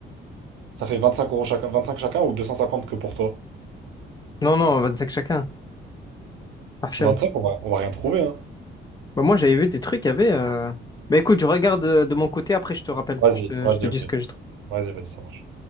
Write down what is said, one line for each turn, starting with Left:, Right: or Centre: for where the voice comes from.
Right: Ça fait 25 euros chacun, 25 chacun ou 250 que pour toi?
Left: Non, non, 25 chacun. Hachem.
Right: 25, on va, on va rien trouver, hein.
Left: Bah, moi, j'avais vu des trucs, il y avait. euh, Bah écoute, je regarde euh, de mon côté, après je te rappelle.
Right: Vas-y,
Left: Je te,
Right: vas-y,
Left: je te
Right: ok.
Left: dis ce que j'ai trouvé.
Right: Vas-y, vas-y, ça marche.